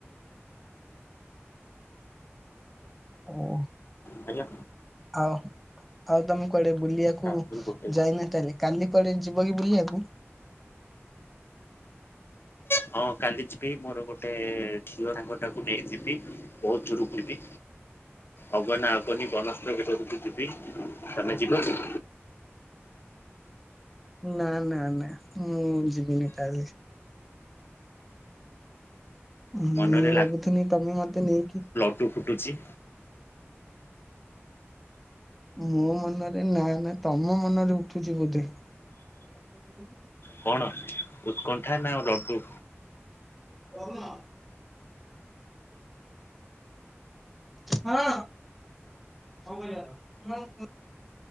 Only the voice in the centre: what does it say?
ଓ
ଆଉ। ଆଉ ତମେ କୁଆଡେ ବୁଲିବାକୁ
ଯାଇନ ତାହେଲେ କାଲି କୁଆଡେ ଯିବ କି ବୁଲିବାକୁ?
ନା ନା ନା ମୁଁ ଯିବିନି ତାହାଲେ। ମୁଁ
ଭାବୁଥିଲି ତମେ ମତେ ନେଇକି
ମୋ ମନରେ ନା ନା ତମ ମନରେ ଉଠୁଛି ବୋଧେ। <inaudible>
<inaudible> ହଁ। <unintelligible>